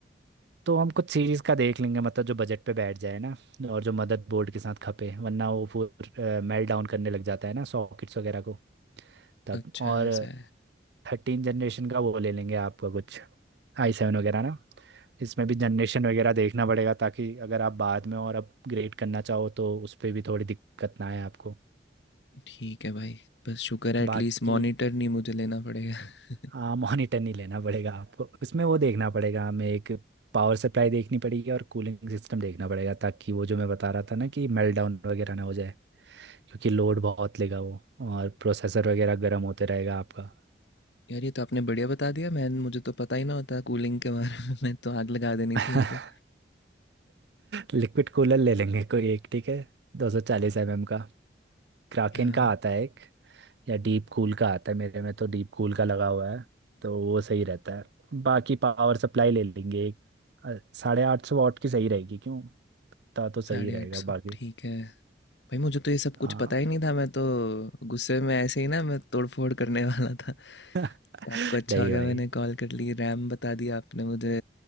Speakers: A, on the right; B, on the left.
A: तो हम कुछ सीरीज़ का देख लेंगे मतलब जो बजट पे बैठ जाए ना और जो मदर बोर्ड के साथ खपे वरना वो फिर मेल्ट डाउन करने लग जाता है ना सॉकेट्स वगैरह को तब
B: अच्छा
A: और
B: ऐसा है
A: थर्टीन जनरेशन का वो ले लेंगे आपका कुछ आई सेवन वगैरह ना इसमें भी जनरेशन वगैरह देखना पड़ेगा ताकि अगर आप बाद में और अपग्रेड करना चाहो तो उस पर भी थोड़ी दिक्कत ना आए आपको
B: ठीक है भाई बस शुक्र है
A: बाकी
B: एटलीस्ट मॉनिटर नहीं मुझे लेना पड़ेगा <laughs>
A: हाँ मॉनिटर नहीं लेना पड़ेगा आपको उसमें वो देखना पड़ेगा हमें एक पावर सप्लाई देखनी पड़ेगी और कूलिंग सिस्टम देखना पड़ेगा ताकि वो जो मैं बता रहा था ना कि मेल्ट डाउन वगैरह ना हो जाए क्योंकि लोड बहुत लेगा वो और प्रोसेसर वगैरह गर्म होते रहेगा आपका
B: यार ये तो आपने बढ़िया बता दिया मैं मुझे तो पता ही ना होता कूलिंग के बारे में <laughs> मैं तो आग लगा देनी
A: <laughs>
B: थी यहाँ पे
A: लिक्विड कूलर ले लेंगे कोई एक ठीक है दो सौ चालीस एम एम का क्राकेन
B: यहाँ
A: का आता है एक या डीप कूल का आता है मेरे में तो डीप कूल का लगा हुआ है तो वो सही रहता है बाकी पावर सप्लाई ले लेंगे एक अ, साढ़े आठ सौ वाट की सही रहेगी क्यों ता तो सही
B: साढ़े
A: रहेगा
B: आठ सौ
A: बाकी
B: ठीक है भाई मुझे तो ये सब कुछ
A: हाँ
B: पता ही नहीं था मैं तो गुस्से में ऐसे ही ना मैं तोड़फोड़ करने वाला था
A: <laughs>
B: आपको अच्छा
A: नहीं
B: हो गया
A: भाई
B: मैंने कॉल कर ली रैम बता दिया आपने मुझे